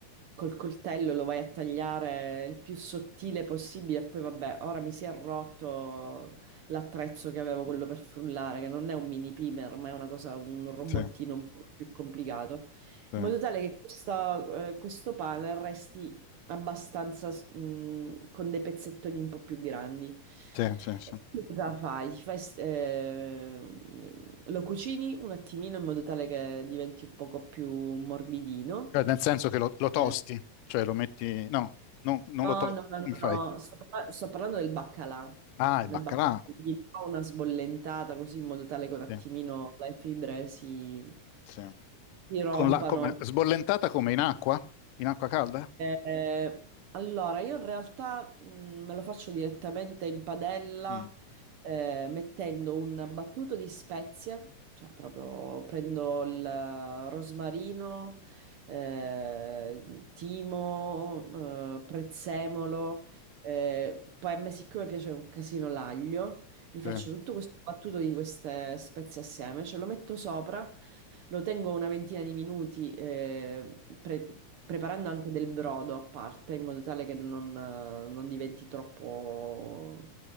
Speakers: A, on the right (about 85°); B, on the left (about 85°).
A: col coltello lo vai a tagliare il più sottile possibile e poi vabbè, ora mi si è rotto l'attrezzo che avevo, quello per frullare, che non è un mini pimer, ma è una cosa, un robottino
B: Sì,
A: un po' più complicato,
B: sì,
A: in modo tale che questa- eh, questo pane resti abbastanza s- mh, con dei pezzettoni un po' più grandi.
B: sì, sì, sì.
A: E tu Cosa fai? Ti fai s- eh, lo cucini un attimino in modo tale che diventi un poco più morbidino.
B: Cioè, nel senso che lo, lo tosti,
A: Eh,
B: cioè lo metti... No, non, non
A: no,
B: lo tosti,
A: no, no, no,
B: come fai?
A: no, Sto, parla- sto parlando del baccalà.
B: Ah, il
A: Nel
B: baccalà.
A: baccalà gli do una sbollentata così in modo tale che un attimino
B: Sì,
A: le fibre si,
B: sì.
A: si rompano.
B: Con la, come- sbollentata come in acqua? In acqua calda?
A: Eh, allora, io in realtà mh, me lo faccio direttamente in padella,
B: Mm.
A: eh, mettendo un battuto di spezie, cioè proprio prendo il rosmarino, eh, timo, eh, prezzemolo, eh, poi a me siccome piace un casino l'aglio, mi faccio
B: Sì,
A: tutto questo battuto di queste spezie assieme, ce lo metto sopra. Lo tengo una ventina di minuti, eh, pre- preparando anche del brodo a parte, in modo tale che non, eh, non diventi troppo